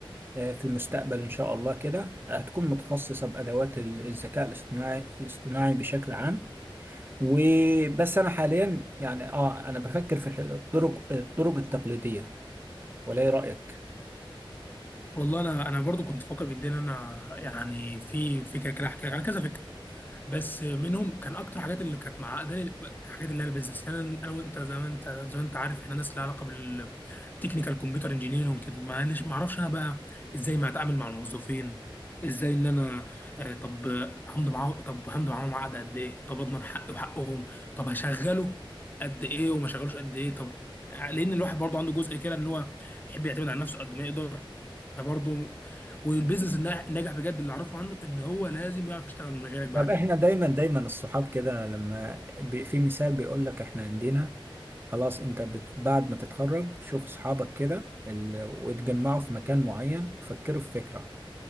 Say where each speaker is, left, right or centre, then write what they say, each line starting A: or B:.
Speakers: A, on the right (about 25°); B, on the left (about 20°).
A: آه، في المستقبل ان شاء الله كده هتكون متخصصه بادوات ال- الذكاء الاصطناعي الاصطناعي بشكل عام وبس انا حاليا يعني اه انا بفكر في الح- الطرق الطرق التقليديه ولا ايه رايك
B: والله انا انا برضو كنت فاكر جدا ان انا يعني في فكره كده احكي لك على كذا فكره بس منهم كان اكتر حاجات اللي كانت معقداني الحاجات اللي هي البيزنس لان انا وانت زي ما انت زي ما انت عارف احنا ناس لها علاقه بالتكنيكال كمبيوتر انجينيرنج وكده معلش ما اعرفش انا بقى ازاي ما اتعامل مع الموظفين ازاي ان انا آه، طب همضي معاهم طب همضي معاهم عقد قد ايه طب اضمن حقي وحقهم طب هشغله قد ايه وما شغلوش قد ايه طب آه، لان الواحد برضه عنده جزء كده اللي هو بيحب يعتمد على نفسه قد ما يقدر فبرضه والبيزنس النا- الناجح بجد اللي اعرفه عنه ان هو لازم يعرف يشتغل من غيرك بعدين
A: طب احنا دايما دايما الصحاب كده لما بي- في مثال بيقول لك احنا عندنا خلاص انت بت... بعد ما تتخرج شوف اصحابك كده ال... وتجمعوا في مكان معين وفكروا في فكرة